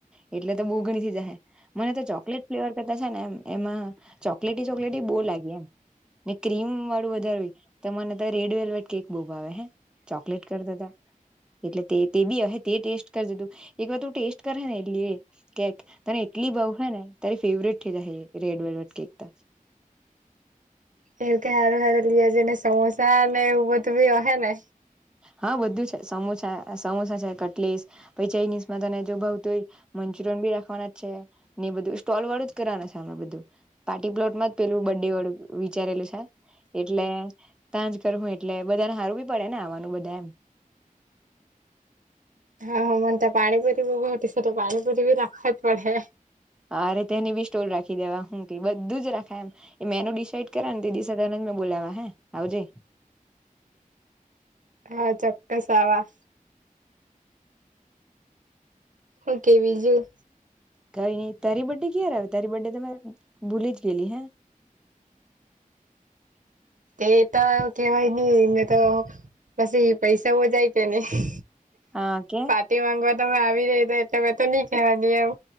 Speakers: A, in the centre; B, on the right.
A: જએટલે તો બો ગણી થઇ જાહે મને તો ચોકલેટ ફ્લેવર કરતા છે ને એમાં ચોકી ચોકલૅટી ચોકલૅટી બો લાગી ને ક્રીમ વાળું વધાર મને રેડ વેવેટ કેક બો ભાવે હે ચોકલેટ કરતા તો એટલે તે બી હહે તે ટેસ્ટ કરજે તું એક વાર ટેસ્ટ કરે ને એટ કેક એટલી ભાવેહે ને તારી ફેવરેટ થઇ જાહે રેડ વેલ્વટ કેક તો.
B: એવું કે હારું હારું લજ ને સમોસા ને એવું બ તો બી હ ને?
A: હા બધું છે સમોસા સમોસા છે કટલીસ પછ ચઇનીઝમાં તને જો ભાવતું હોય <unintelligible> રાખવાના છે ને બધું સ્ટોલ વાળું જ કરવાના છેમે બધું પાર્ટી પ્લોટમાં જ પેલું બે વિચારેલું છે એટલે તાંજ કર હું એટલે બધાને હારું બી પડે ને આવાનું બધા એમ
B: હ મને ત પાણી પુર ઘટી છે તો પાણી પુરી રાખવા જ પડે.
A: અરે તેને બી સ્ટોલ રાખી દેવા હું કઈ બધું જ રાખાય એમ મેનું ડિસાઈડ કરા ને તે દિવ સે બોલાવા હે આવજે
B: હા ચોક્કશ આવા. હું કેય બીજું?
A: કઈ નઈ તારી બડે ક્યારે આવે તારી બડે તો મે ભૂલી જ ગયેલી હે? <unintelligible> <inaudible>
B: એ તો કેવાય નઈ એને તો પછી એ પૈસા બો જાય કે નહી.
A: હા કે
B: પાટી માંગવા તમે આવી આવી રે એટલે હવે તો ની ખાવા ની એમ